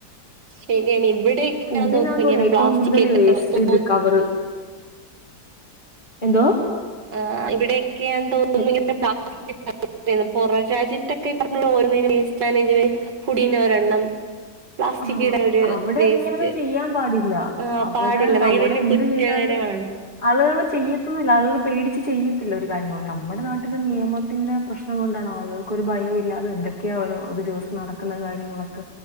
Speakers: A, on the right; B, on the left.
A: ശരിയാണ് ഇവിടെയൊക്കെയാന്ന്
B: ഫുഡിനാ
A: തോന്നുന്നു
B: തോന്നുന്നത്
A: ഇങ്ങനെ
B: ഏറ്റവും
A: പ്ലാസ്റ്റിക്
B: കൂടുതൽ
A: ഒക്കെ
B: വേസ്റ്റ്
A: തോ
B: ഇത് കവറ് എന്തോ
A: ആ ഇവിടെയൊക്കെ <unintelligible> ഞാൻ തോന്നുന്നു
B: ഹെ-
A: ഇങ്ങനെ പ്രാർത്ിക്ക പുറ രാജ്യത്തൊക്കെ <unintelligible> ഈ പറഞ്ഞോ ഓരോുംസ്ാന ഫുടീ ഒരെണ്ണം പ്ലാസ്റ്റിക്കിട
B: ആ
A: ഒരു
B: അവിടെ
A: വേസ്റ്റ്
B: ഇങ്ങനൊന്നും ചെയ്യാൻ പാടില്ല
A: ആ
B: അവിടെ
A: പാടില്ല
B: നമ്മടെ
A: വലിയ വലിയ
B: എന്ത്
A: കുറ്റകരമാണ്
B: ചെയ്തലും ആളുകൾ ചെയ്യത്തോന്നില്ല ആളുകൾ പേടിച്ച് ചെയ്യത്തില്ല ഒരു കാര്യങ്ങളും നമ്മുടെ നാട്ടിൽ നിയമത്തിന്റെ പ്രശ്നം കൊണ്ടാണ് ആളുകൾക് ഒരു ഭായോവില്ലാതെ ക്ക ഒരു ദിവസം നടക്കുന്ന കാര്യങ്ങളൊക്കെ